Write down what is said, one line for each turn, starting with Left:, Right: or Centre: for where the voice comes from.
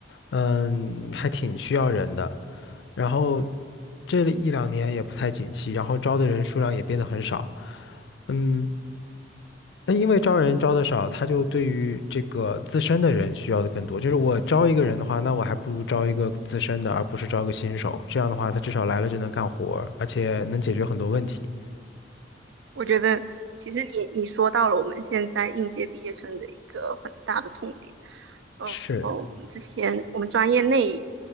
Left: 嗯，还挺需要人的。然后这一两年也不太景气，然后招的人数量也变得很少。嗯，那因为招人招的少，他就对于这个自身的人需要的更多。就是我招一个人的话，那我还不如招一个资深的，而不是招个新手。这样的话，他至少来了就能干活儿而且能解决很多问题。
Right: 我觉得其实你你说到了我们现在应届毕业生的一个很大的痛点，呃我们之前我们专业内，
Left: 是，